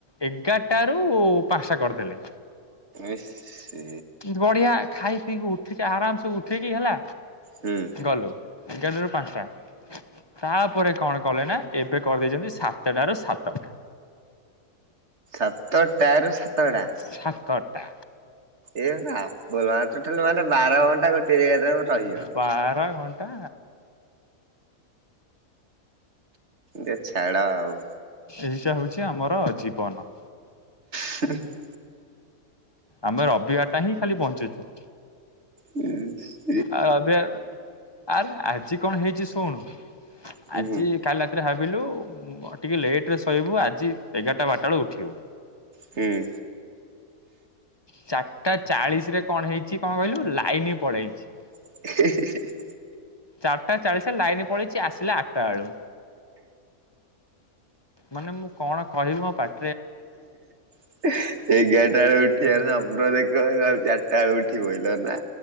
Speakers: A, on the left (about 20°); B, on the right (about 50°).
A: ଏଗାରଟାରୁ ପାଞ୍ଚଟା କରିଦେଲେ।
B: ଇସ ସି
A: ବଢିଆ ଖାଇ ପିଇକି ଉଠିକି ଆରାମସେ ଉଠିକି ହେଲା।
B: ହୁଁ।
A: ଗଲୁ ଏଗାର ଟାରୁ ପାଞ୍ଚଟା ତାପରେ କଣ କଲେ ନା। ଏବେ କରିଦେଇଛନ୍ତି ସାତଟାରୁ ସାତଟା।
B: ସାତଟାରୁ ସାତଟା।
A: ସାତଟା।
B: ଏମାନେ ଆପୋଲୋ ମାନେ ବାର ଘଣ୍ଟା ଗୋଟିଏ ଯାଗାରେ ତମେ ରହିବ।
A: ବାର ଘଣ୍ଟା
B: ଯେ ଛାଡ ଆଉ।
A: ଏଇଟା ହଉଛି ଆମର ଜୀବନ।
B: <inaudible>
A: ଆମେ ରବିବାରଟା ହିଁ ଖାଲି ବଞ୍ଚୁଛୁ।
B: ହୁଁ।
A: ଏବେ ଆରେ ଆଜି କଣ ହେଇଛି ଶୁଣୁ
B: ହୁଁ
A: ଆଜି କାଲି ରା ରାତିରେ ଭାବିଲୁ ଟିକେ ଲେଟରେ ଶୋଇବୁ ଆଜି ଏଗାରଟା ବାରଟା ବେଳେ ଉଠିବୁ।
B: ହୁଁ।
A: ଚାରଟା ଚାଳିଶରେ କଣ ହେଇଛି କଣ କହିଲୁ ଲାଇନ ପଳେଇଛି।
B: <inaudible>
A: ଚାରଟା ଚାଳିଶରେ ଲାଇନ ପଳେଇଛି ଆସିଲା ଆଠଟା ବେଳୁ। ମାନେ ମୁଁ କଣ କହିବି ମୋ ପାଟ
B: <inaudible> ଏଗାରଟା ବେଳେ ଉଠିବାର ସ୍ୱପ୍ନ ଦେଖ ଚାରଟା ବେଳୁ ଉଠିପଇଲ ନା।